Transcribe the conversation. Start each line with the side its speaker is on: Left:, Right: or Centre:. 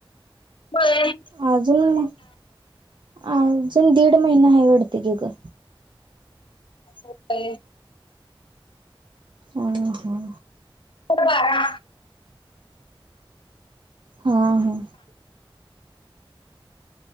Left: होय.
Right: अजून अजून दीड महिना आहे वाटते की ग.
Left: हो का.
Right: हो हो.
Left: हो बारा.
Right: हा हा.